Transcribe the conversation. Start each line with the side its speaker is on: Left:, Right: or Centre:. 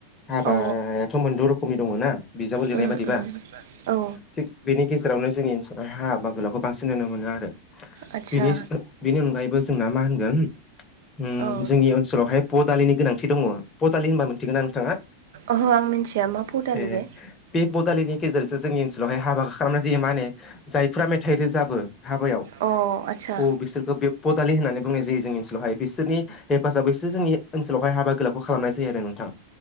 Left: हाबायाथ'
Right: औ
Left: मोनद' रोखोमनि दङ' ना? बिजाबाव लिरनाय
Right: उम
Left: बायदिबा
Right: उम औ
Left: थिग बेनि गेजेरावनो जोंनि ओनसोलाव हाबा गोलावखौ बांसिन नुनो मोनो आरो
Right: आदसा
Left: बिनि बेनि अनगायैबो जोंना मा होनगोन उम
Right: औ
Left: जोंनि ओनसोलावहाय फ दालिनि गोनांथि दङ' पटालि होनबा मोनथिगोन ना नोंथाङा?
Right: ओहो आं मिन्थिया मा फदालि
Left: ए
Right: बे?
Left: बे बदालिनि गेजेरजों जोंनि ओनसोलावहाय हाबा खालामनाय जायो माने जायफ्रा मेथाइ रोजाबो हाबायाव
Right: अ आदसा
Left: औ बिसोरखौ बे पदालि होननानै बुंनाय जायो जोंनि ओनसोलाव हायो बिसोरनि हेफाजाबैसो जोंनि ओन सोलावहाय हाबागोलावखौ खालामनाय जायो आरो नोंथां।